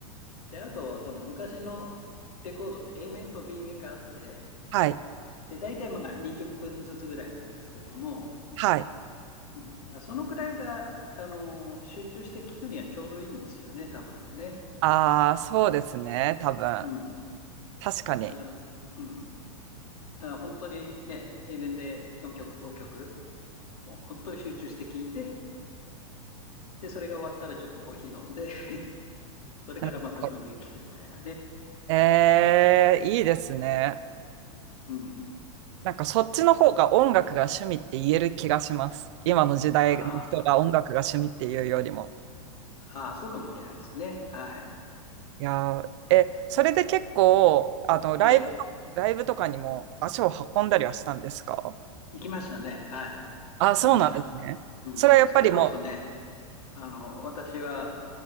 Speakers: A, on the left; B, on the right.
A: で、あと、その昔のレコードって A 面と B 面があって、
B: はい、
A: で、大体まあ20分ずつぐらいなんですけども、
B: はい。
A: うん、だからそのくらいが、あのー集中して聞くにはちょうどいいんですよね、多分ね。
B: ああ、そうですね、多分。
A: うん。
B: 確かに。
A: だから、うん。だから本当にね、A 面で4曲、5曲、もう本当に集中して聞いて、で、それが終わったらちょっとコーヒー飲んで、<laughs> それからまた
B: なるほど
A: B 面聞くみたいなね。
B: ええ、いいですね。
A: うん。
B: なんかそっちの方が音楽が趣味って言える気がします。今の時代の人が音楽が趣味っていうよりも。
A: ああ、ああそうかもしれないですね。はい。
B: いやー、え、それで結構、あの、ライブと、
A: ええ
B: ライブとかにも足を運んだりはしたんですか
A: 行きましたね。はい。
B: あ、
A: 行きました。
B: そうなんですね。
A: うん。
B: それはやっぱりも
A: それこそね、あの、私は、